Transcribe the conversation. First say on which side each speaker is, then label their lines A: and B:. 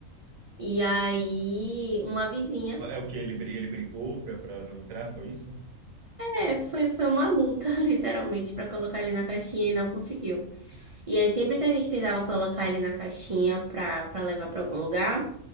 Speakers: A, on the right; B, on the right.
A: E aí, uma vizinha,
B: É o que ele, bri- ele brigou pra pra não entrar, foi isso?
A: é, foi, foi uma luta, <laughs> literalmente, para colocar ele na caixinha e não conseguiu. E aí, sempre que a gente tentava colocar ele na caixinha para para levar para algum lugar,